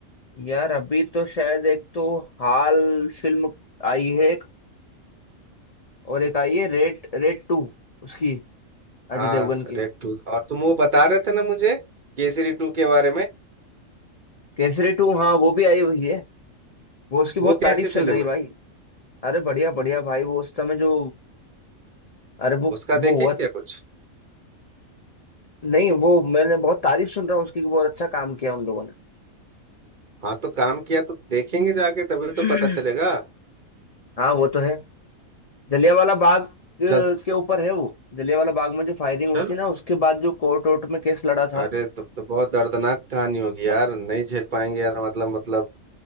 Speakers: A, on the left; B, on the right.
A: यार अभी तो शायद एक तो हाल फिल्म आई है एक और एक आई है रेड रेड टू उसकी अजय
B: हाँ
A: देवगन की
B: रेड टू और तुम वो बता रहे थे ना मुझे केसरी टू के बारे में
A: केसरी टू हाँ वो भी आई हुई है वो उसकी बहुत
B: वो
A: तारीफ
B: कैसी
A: चल
B: फिल्म
A: रही है भाई
B: है
A: अरे बढ़िया बढ़िया भाई वो उस समय जो अरे वो
B: उसका
A: वो
B: देखे
A: हुआ
B: क्या कुछ
A: नहीं वो मैंने बहुत तारीफ सुन रहा हूँ उसकी कि बहुत अच्छा काम किया उन लोगों ने
B: हाँ तो काम किया तो देखेंगे जाके तभी तो
A: हाँ
B: पता चलेगा
A: वो तो है जलियांवाला बाग अ,
B: चल
A: के ऊपर है वो जलियांवाला बाग में जो फायरिंग
B: चलो
A: हुई थी ना उसके बाद जो कोर्ट वोर्ट में केस लड़ा था
B: अरे तब तो बहुत दर्दनाक कहानी होगी यार नहीं झेल पाएंगे यार मतलब मतलब